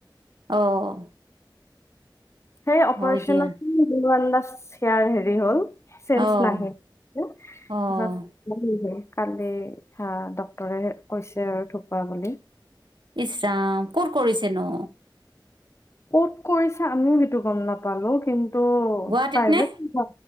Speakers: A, on the right; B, on the left.
A: অ'।
B: সেই অপাৰেশ্যনত।
A: হয় দিয়া।
B: হো আল্লাচ শেয়াৰ হেৰি হ'ল। চেনছ
A: অ',
B: নাহে, টো
A: অ',
B: তাছত <unintelligible> কালি হা ডক্টৰে কৈছে আৰু থোপা বুলি।
A: ইচৰাম ক'ত কৰিছেনো?
B: ক'ত কৰিছে আমিও হেটো গম নাপালো কিন্তু
A: গুৱাহাটীত
B: প্ৰাইভেট
A: নে?
B: ন।